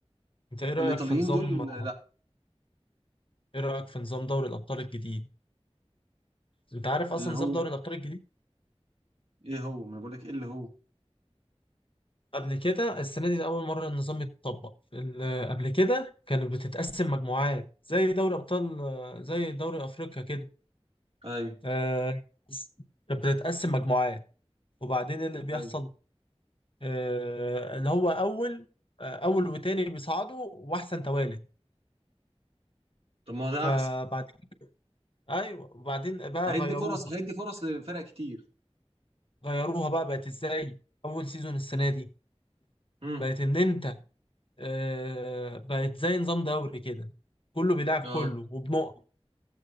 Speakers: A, on the left; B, on the right.
A: انت ايه رايك
B: الايطاليين
A: في نظام
B: دول
A: آه،
B: لا
A: ايه رايك في نظام دوري الابطال الجديد انت عارف
B: اللي
A: اصلا
B: هو
A: نظام دوري الابطال الجديد
B: ايه هو ما بقول لك ايه اللي هو
A: قبل كده السنه دي ده اول مره النظام يتطبق ال- قبل كده كانت بتتقسم مجموعات زي دوري ابطال آه، زي دوري افريقيا كده
B: ايوه
A: آه، كانت بتتقسم مجموعات وبعدين اللي بيحصل
B: ايوه
A: آه، اللي هو اول آه، اول وتاني بيصعدوا واحسن توالد
B: طب ما هو ده
A: فبعد
B: احسن
A: ايوه وبعدين بقى
B: هيدي
A: غيروها
B: فرص هيدي فرص لفرق كتير
A: غيروها بقى بقت ازاي اول سيزون السنه
B: مم.
A: دي
B: مم.
A: بقت ان انت آه، بقت زي نظام دوري كده كله بيلعب
B: اه
A: كله وبنقط